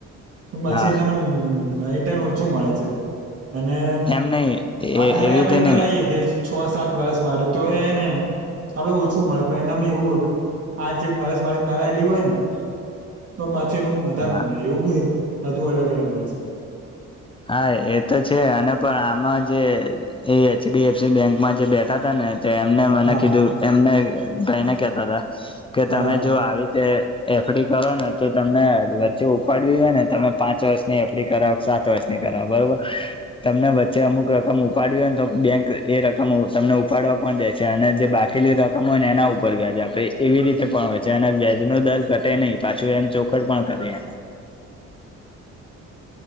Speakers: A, on the right; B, on the left.
A: તો પછી
B: હા
A: એનામાં એતેન શું મળે છે અને
B: એમ નહી એ
A: વધારે
B: એવી રીતે
A: આપડે કરાયે
B: નહી
A: છ સાત વરસ માટે તો એને આપડે ઓછું મળે પણ એનામાં એવું હોય કે આજ જે માસ માર કરરાયેલી હોય ને તો પાછું એમાં વધા
B: હા
A: મળે એવું બ બધુ અલગ અલગ હોય છે.
B: હા એ તો છે અને પણ આમાં જે એ એચ ડી એફસી બેંકમાં જે બેઠા હતા ને એમને મને
A: હા
B: કીધું એમને ભાઈને કેતા હતા કે
A: બરાબર
B: તમે જો આવી તે એફડી કરો ને તો તમને વચ્ચે ઉપાડવી હોય ને તમે પાંચ વર્ષની એફડી કરાવ સા ત વર્ષની કરાવ બરોબર તમને વચ્ચે અમુક રકમ ઉપાડવી હોય તો બેંક એ રકમ તમને ઉપાડવા પણ દે છે અને જે બાકીલી રકમ હોય ને એના ઉપર વ્યાજ આપે એવી રીતે પણ હોય છે અને વ્યાજનો દર ઘટે નહી પાછું એમ ચોખડ પણ કરીએ.